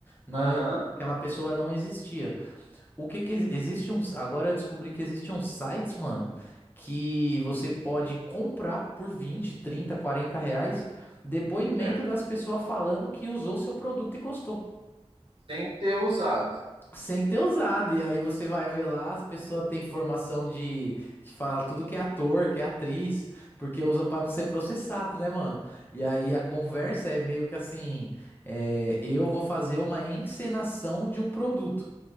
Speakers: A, on the left; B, on the right.
A: Não
B: Aham,
A: é, aquela pessoa não existia. O que que existe uns, agora eu descobri que existe uns sites, mano, que você pode comprar por 20, 30, 40 reais depoimento
B: certo.
A: das pessoas falando que usou seu produto e gostou
B: Sem ter usado.
A: sem ter usado. E aí você vai ver lá, as pessoas têm formação de, que fala tudo que é ator, que é atriz, porque usa pra não ser processado, né, mano? E aí a conversa é meio que assim, é, eu vou fazer uma encenação de um produto.